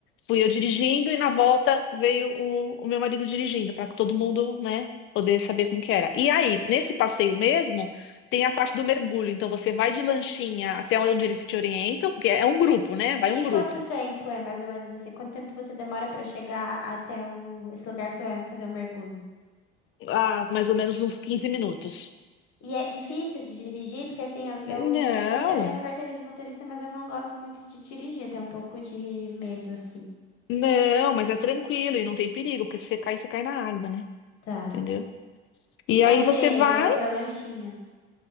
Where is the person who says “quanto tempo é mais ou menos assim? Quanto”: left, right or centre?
Left